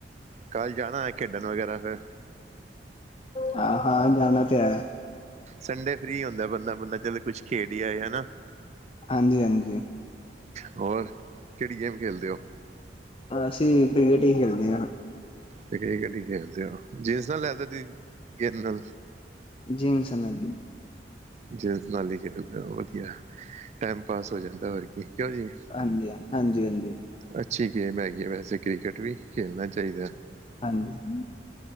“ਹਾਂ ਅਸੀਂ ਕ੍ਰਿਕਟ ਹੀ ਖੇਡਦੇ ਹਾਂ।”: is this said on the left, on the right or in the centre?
Left